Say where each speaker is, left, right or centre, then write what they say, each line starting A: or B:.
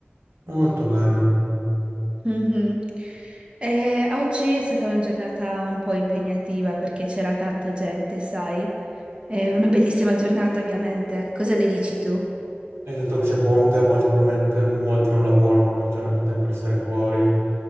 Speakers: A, on the right; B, on the right.
A: Molto bene.
B: Mhm. Eh, oggi è stata una giornata un po' impegnativa perché c'era tanta gente, sai? È una bellissima giornata, ovviamente. Cosa ne dici tu?
A: Hai detto che c'è ponte, molto probabilmente molti non lavorano, perciò hanno più tempo di stare fuori